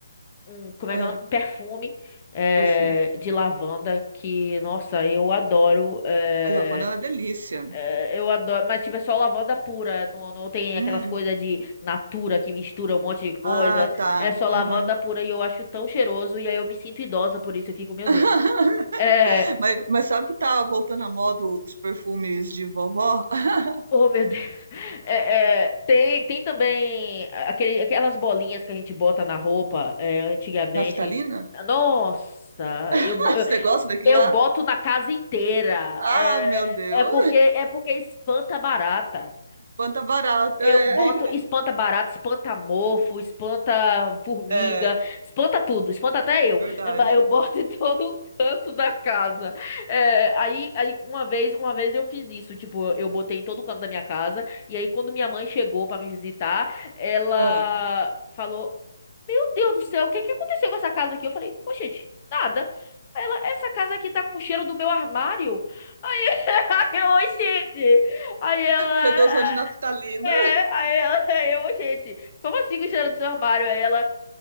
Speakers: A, on the left; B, on the right.
A: um, como
B: Ah,
A: é que é o nome? Um perfume é,
B: perfume.
A: de lavanda que, nossa, eu adoro. é,
B: Ai, lavanda é uma delícia.
A: é, eu adoro, mas tipo, é só lavanda pura, não, não tem
B: Hum.
A: aquelas coisas de natura que mistura um monte de coisa.
B: Ah, tá.
A: É só lavanda
B: Aham.
A: pura e eu acho tão cheiroso e aí eu me sinto idosa por isso, eu fico, meu
B: <laughs>
A: Deus. É,
B: Mas, mas sabe que tá voltando à moda os perfumes de vovó? <laughs>
A: Oh, meu Deus. <laughs> É, é, tem, tem também aquele, aquelas bolinhas que a gente bota na roupa, é, antigamente.
B: Naftalina?
A: Nossa, eu,
B: <laughs>
A: bo- eu,
B: Você gosta daquilo
A: eu
B: lá?
A: boto na casa inteira.
B: Ah,
A: É,
B: meu Deus.
A: é porque é porque espanta a barata.
B: Quanta barata.
A: Eu
B: É,
A: boto espanta barato, espanta mofo, espanta formiga,
B: <laughs> é
A: espanta tudo, espanta até eu.
B: verdade.
A: É, mas Eu boto em todo <laughs> canto da casa. É, aí, aí uma vez, uma vez eu fiz isso, tipo, eu botei em todo canto da minha casa. E aí quando minha mãe chegou pra me visitar, ela
B: Ah,
A: falou: "Meu Deus do céu, o que que aconteceu com essa casa aqui?" Eu falei: "Ô, gente, nada." Ela, essa casa aqui tá com cheiro do meu armário. <laughs> Aí eu, "Ô, gente. Aí ela.
B: fedoção de naftalina.
A: É, aí ela, <laughs> aí eu, gente, como assim que cheiro do seu armário? Aí ela,